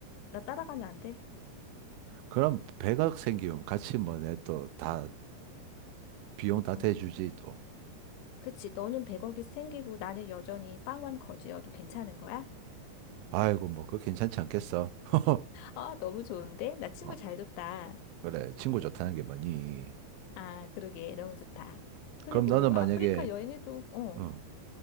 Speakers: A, on the left; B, on the right.
A: 나 따라가면 안 돼?
B: 그럼 100억 생기면 같이 뭐 내 또 다 비용 다 대주지
A: 응.
B: 또.
A: 그치. 너는 100억이 생기고 나는 여전히 빵원 거지여도 괜찮은 거야?
B: 아이고, 뭐, 그거 괜찮지 않겠어? <laughs>
A: 아, 너무 좋은데? 나 친구
B: 어,
A: 잘 줬다.
B: 그래, 친구 좋다는 게 뭐니?
A: 아, 그러게. 너무 좋다. 그리고
B: 그럼 너는 만약에,
A: 아프리카 여행에도, 어,
B: 어,